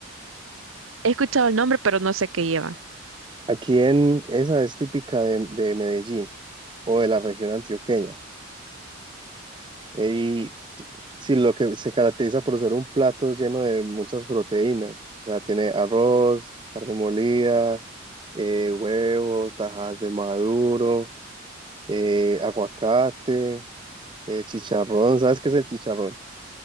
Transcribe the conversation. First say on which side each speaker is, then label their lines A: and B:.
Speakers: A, on the right; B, on the right.
A: He escuchado el nombre, pero no sé qué lleva.
B: Aquí en esa es típica de, de Medellín o de la región antioqueña. Eh, Y sí, lo que se caracteriza por ser un plato lleno de muchas proteínas. O sea, tiene arroz, carne molida, eh, huevo, tajas de maduro, eh, aguacate, eh, chicharrón. ¿Sabes qué es el chicharrón?